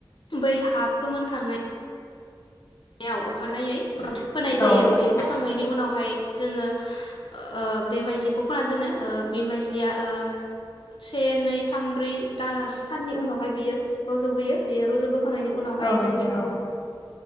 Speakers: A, on the left (about 70°); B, on the left (about 35°).
A: बै हाब। फोमोनखांनाय याव अखानायै। उनाव फोनाय
B: औ
A: जायो।
B: औ
A: बे फोखांनायनि उनावहाय। जोङो ओ बे माइज्लिखौ फोना दोनो ओ बे माइज्लिया ओ से नै थाम ब्रै दा साननि उनावहाय बियो रज'बोयो बेयो रज'बो खांनायनि उनावहाय
B: नोंथां
A: जों बेखौ।